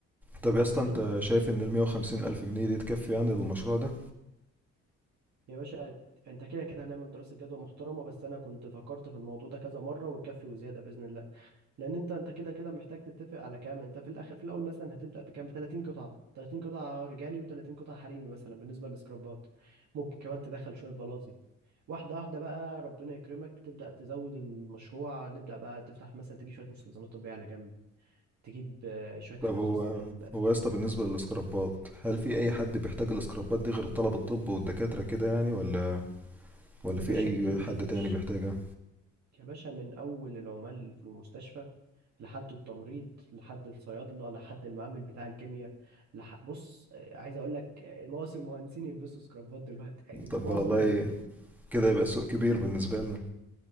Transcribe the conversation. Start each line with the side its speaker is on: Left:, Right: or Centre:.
Centre: طب يا اسطى انت
Right: انت
Centre: شايف ان ال 150 الف جنيه دي تكفي يعني للمشروع ده
Right: يا باشا انت كده كده هنعمل دراسة جدوى محترمة بس انا كنت فكرت في الموضوع ده كذا مرة وتكفي وزيادة بإذن الله لان انت انت كده كده محتاج تتفق على كام انت في الاخر في الاول مثلا هتبدأ بكام ب 30 قطعة 30 قطعة رجالي و30 قطعة حريمي مثلا بالنسبة للسكرابات ممكن كمان تدخل شوية بلاطي واحدة واحدة بقى ربنا يكرمك تبدأ تزود المشروع نبدأ بقى تفتح مثلا تجيب شوية مستلزمات طبية على جنب تجيب آه، شوية حاجات
Centre: طب هو
Right: خاصة بال
Centre: هو يا اسطى بالنسبه للسكرابات هل في اي حد بيحتاج السكرابات دي غير طلب الطب والدكاتره كده يعني ولا ولا
Right: يا
Centre: في
Right: باشا
Centre: اي
Right: كتير
Centre: حد تاني بيحتاجها
Right: يا باشا من أول العمال في المستشفى لحد التمريض لحد الصيادله لحد المعامل بتاع الكيمياء لح... بص آه، عايز اقول لك آه، ناقص المهندسين يلبسوا سكرافات دلوقتي <laughs> يعني معظم
Centre: طب ده والله
Right: ال-
Centre: كده يبقى السوق كبير بالنسبه لنا